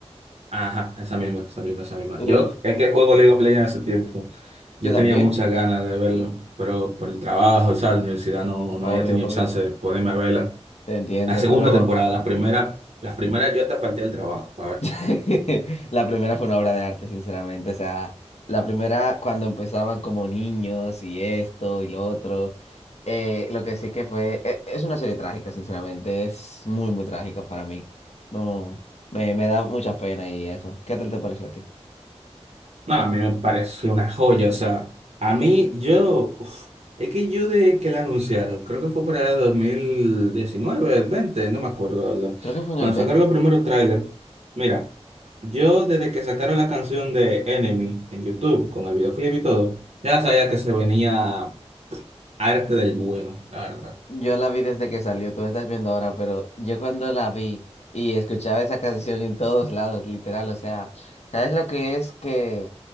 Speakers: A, on the right (about 70°); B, on the left (about 70°).
A: Ajá, esa misma, esa misma, esa misma.
B: Uf,
A: Yo es
B: uf,
A: que juego
B: uf.
A: League of Legends hace tiempo. Yo
B: yo también.
A: tenía muchas ganas de verlo, pero por el trabajo, o sea, la universidad no, no
B: Obvio,
A: había tenido
B: obvio.
A: chance de ponerme a verla.
B: Te entiendo,
A: La segunda
B: pero
A: temporada, la primera, la primera yo hasta falté al trabajo,
B: <laughs> La primera fue una obra de arte, sinceramente. O sea, la primera cuando empezaban como niños y esto y lo otro. eh, lo que sí que fue, e- es una serie trágica, sinceramente. Es muy, muy trágica para mí. No, me, me da mucha pena y eso. ¿Qué tal te pareció a ti?
A: No, a mí me parece una joya, o sea, a mí yo, uf, es que yo de que la anunciaron, creo que fue por el dos mil diecinueve el veinte no me acuerdo, la ¿verdad?
B: Creo que fue
A: Cuando
B: en el veinte
A: sacaron los primeros trailers, mira, yo desde que sacaron la canción de Enemy en YouTube, con el videoclip y todo, ya sabía que se venía arte del bueno, la verdad.
B: Yo la vi desde que salió, tú la estás viendo ahora, pero yo cuando la vi y escuchaba esa canción en todos lados, literal, o sea, ¿sabes lo que es que